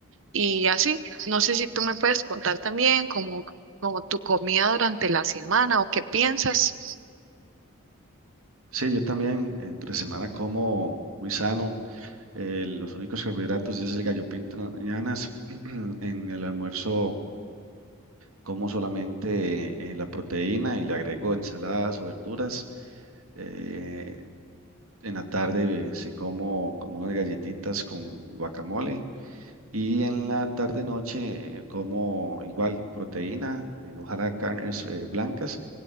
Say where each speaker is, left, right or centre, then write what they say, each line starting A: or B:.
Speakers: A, on the right (about 60°); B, on the right (about 80°).
A: y así, no sé si tú me puedes contar también como, como tu comida durante la semana o qué piensas.
B: Sí, yo también entre semana como muy sano. eh, los únicos carbohidratos es el gallo pinto en las mañanas. <clears throat> En el almuerzo como solamente eh, la proteína y le agrego ensaladas o verduras. Eh, En la tarde sí como, como unas galletitas con guacamole y en la tarde noche eh, como igual proteína, eh, ojalá carnes eh, blancas